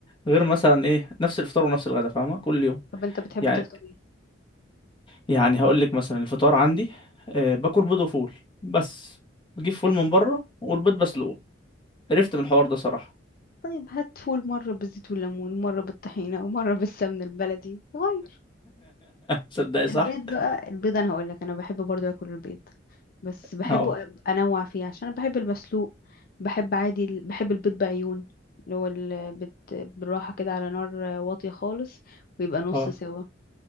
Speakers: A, on the left (about 25°); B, on the left (about 50°).
A: غير مثلا ايه نفس الفطار ونفس الغدا فاهمة كل يوم
B: طب انت بتحب
A: يعني
B: تفطر ايه
A: يعني هقول لك مثلا الفطار عندي أه باكل بيض وفول بس بجيب فول
B: حلو
A: من بره والبيض بسلقه قرفت من الحوار ده صراحة
B: طيب هات فول مره بالزيت والليمون مره بالطحينه ومره بالسمن البلدي غير
A: <laughs> صدقي
B: البيض
A: صح
B: بقى البيض انا هقول لك انا بحب برضو اكل البيض بس بحبه
A: اه
B: أب- انوع فيه عشان انا بحب المسلوق بحب عادي ال- بحب البيض بعيون اللي هو ال- بت- بالراحه كده على نار واطيه خالص ويبقى نص
A: اه
B: سوا